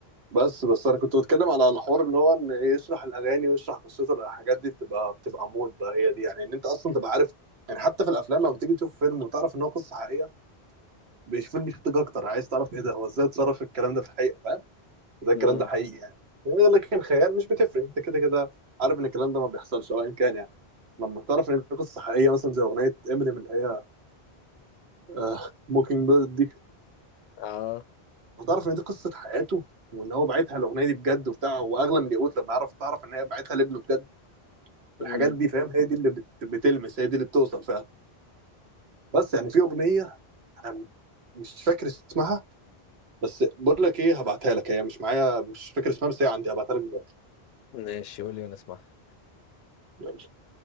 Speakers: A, on the right; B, on the left.
A: بس بس انا كنت بتكلم على الحوار اللي هو ان إيه، يشرح الاغاني ويشرح قصته الحاجات دي بتبقى بتبقى مود بقى هي دي يعني ان انت اصلا تبقى عارف يعني حتى في الافلام لما بتيجي تشوف فيلم وتعرف ان هو قصه حقيقيه بيش- فيلم بيشدك اكتر عايز تعرف ايه ده هو ازاي اتصرف الكلام ده في الحقيقه فاهم ازاي
B: امم
A: الكلام ده حقيقي يعني لكن الخيال مش بتفرق انت كده كده عارف ان الكلام ده ما بيحصلش او ان كان يعني لما تعرف ان دي قصه حقيقيه مثلا زي اغنيه امينيم اللي هي آه موكينج بيرد دي
B: اه
A: وتعرف ان دي قصه حياته وان هو باعتها الاغنيه دي بجد وبتاع واغلى من الياقوت لما يعرف تعرف ان هي باعتها لابنه بجد
B: امم
A: الحاجات دي فاهم هي دي اللي بت... بتلمس هي دي اللي بتوصل فعلا بس يعني في اغنيه أنا مش فاكر اسمها بس بقول لك ايه هبعتها لك هي مش معايا مش فاكر اسمها بس هي عندي هبعتها لك دلوقتي
B: ماشي قول لي وانا اسمع
A: يلا